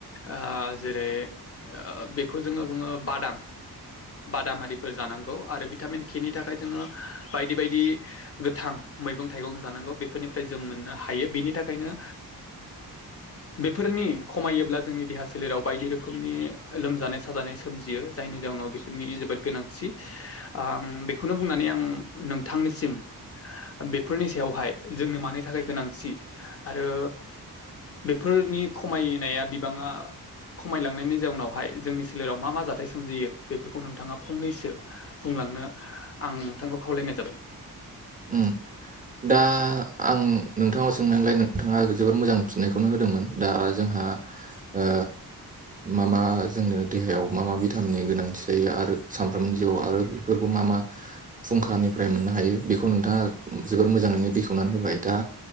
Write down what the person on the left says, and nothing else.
ओ जेरै बेखौ जोंङो बुङो बादाम बादामारिफोर जानांगौ आरो भिटामिन के नि थाखाय जोंङो बायदि बायदि गोथां मैगं थाइगं जानांगौ बेफोरनिफ्राय जों मोननो हायो बिनि थाखायनो
बेफोरनि खमायोब्ला जोंनि देहा सोलेराव बायदि रोखोमनि लोमजानाय साजानाय सोमजियो जायनि जाउनाव बे फोरनि जोबोद गोनांथि।
आं बेखौनो बुंनानै आं नोंथांनिसिम बेफोरनि सायावहाय जोंनो मानि थाखाय गोनांथि आरो बेफोरनि खमायनाया बिबाङा खमायलांनायनि जाउनावहाय जोंनि सोलेराव मा मा जाथाय सोमजियो बेफोरखौ नोंथाङा फंनैसो बुंलांनो आं नोंथांखौ खावलायनाय जाबाय।